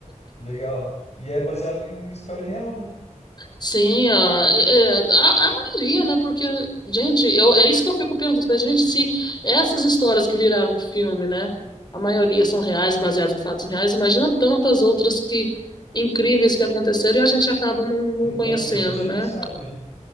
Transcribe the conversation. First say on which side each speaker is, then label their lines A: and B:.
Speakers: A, on the left; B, on the left.
A: Legal. E é baseado em história real, né?
B: Sim, a, é- é, a, a maioria, né? Porque, gente, eu, é isso que eu fico pensando. Falei, Gente, se essas histórias que viraram um filme, né? A maioria são reais, baseadas em fatos reais. Imagina tantas outras que incríveis que aconteceram e a gente acaba não, não
A: Então,
B: conhecendo,
A: e a gente
B: né?
A: nem sabe, né?